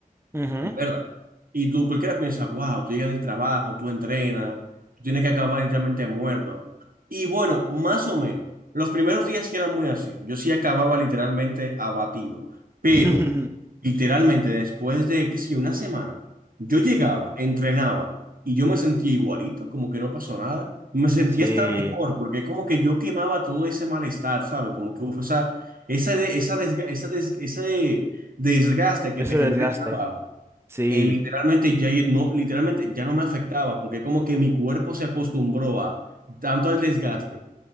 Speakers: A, on the right; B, on the right.
A: ujú,
B: ¿verdad? Y tú, cualquiera piensa, wow, tú llegas del trabajo, tú entrenas, tú tienes que acabar literalmente muerto. Y bueno, más o menos. Los primeros días sí eran muy así. Yo sí acababa literalmente abatido. Pero,
A: <laughs> ujú,
B: literalmente, después de, qué sé yo, una semana, yo llegaba, entrenaba y yo me sentía igualito, como que no pasó nada. Me sentía
A: Sí,
B: hasta mejor, porque como que yo quemaba todo ese malestar, ¿sabes? Como que, uf, esa, esa, de- esa, desga- esa des- ese desgaste que
A: ese
B: te genera
A: desgaste.
B: el trabajo
A: Sí,
B: eh, literalmente ya no, literalmente ya no me afectaba porque como que mi cuerpo se acostumbró a tanto al desgaste